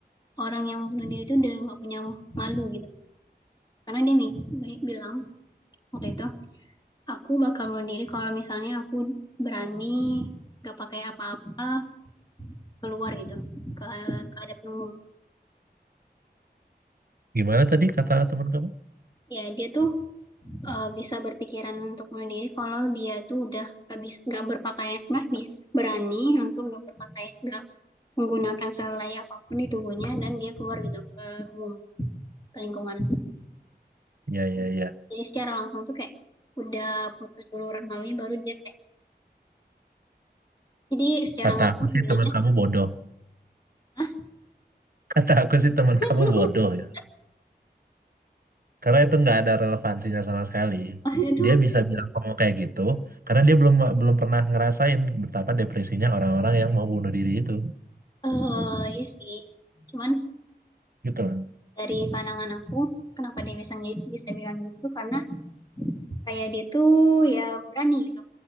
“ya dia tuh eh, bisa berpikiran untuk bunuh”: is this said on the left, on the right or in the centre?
Left